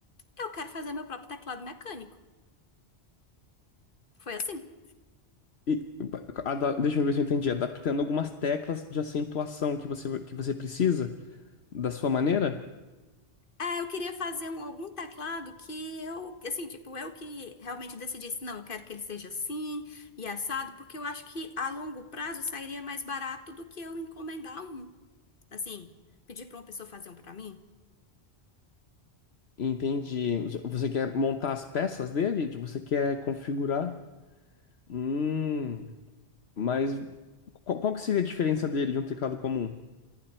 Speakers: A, on the left; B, on the left.
A: eu quero fazer meu próprio teclado mecânico. Foi assim.
B: E, ada- deixa eu ver se eu entendi. Adaptando algumas teclas de acentuação que você, que você precisa da sua maneira?
A: É, eu queria fazer um, algum teclado que eu, assim, tipo, eu que realmente decidisse, não, eu quero que ele seja assim e assado, porque eu acho que a longo prazo sairia mais barato do que eu encomendar um. Assim, pedir pra uma pessoa fazer um pra mim,
B: Entendi. Você quer montar as peças dele? Tipo, Você quer configurar? Hum, mas qual, qual que seria a diferença dele de um teclado comum?